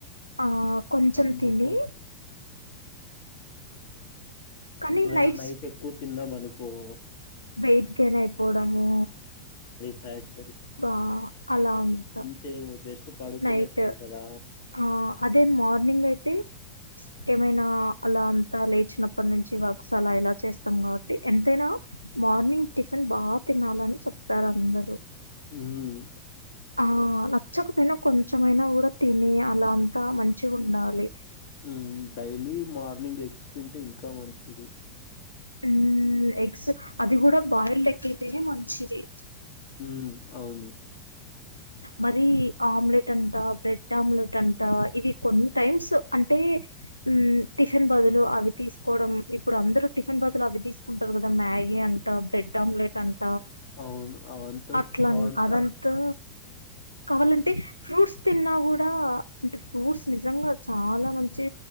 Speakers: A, on the left; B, on the left.
A: ఆ కొంచం
B: అందుకోసం.
A: తిని కానీ
B: ఒకవేళ
A: నైట్స్
B: నైట్ ఎక్కువ తిన్నాం అనుకో కో
A: వెయిట్ గెయిన్ అయిపోవడము
B: సైడ్
A: బా అలా అంత
B: చేయము. జస్ట్ పడుకునేస్తాం
A: నైట్
B: కదా!
A: ఆ అదే మార్నింగ్ అయితే ఏమై అలా అంతా లేచినప్పటి నుంచి వర్క్స్ అలా ఇలా చేస్తాం కాబట్టి ఎంతైనా మార్నింగ్ టిఫిన్ బాగా తినాలని చెప్తారు అందరు.
B: మ్మ్
A: ఆ నాక్ నచ్చకపోయినా కొంచెమైనా కూడా తిని అలా అంతా మంచిగుండాలి
B: మ్మ్ డైలీ మార్నింగ్ ఎగ్స్ తింటే ఇంకా మంచిది
A: మ్మ్ ఎగ్స్ అది కూడా బాయిల్ ఎగ్ ఐతేనే మంచిది
B: మ్మ్ అవును
A: మరి ఆమ్లెట్ అంట బ్రెడ్ ఆమ్లెట్ అంట ఇవి కొన్ని టైమ్స్ అంటే మ్మ్ టిఫిన్ బదులు అవి తీసుకోవడం ఇప్పుడు అందరు టిఫిన్ బదులు అవి తీసుకుంటారు కదా మ్యాగీ అంటా బ్రెడ్ ఆమ్లెట్ అంట
B: అవును అవంత
A: అట్లా
B: అవంత
A: అదంతా కావాలంటే ఫ్రూట్స్ తిన్నా కూడా అంటే ఫ్రూట్స్ నిజంగా చాలా మంచి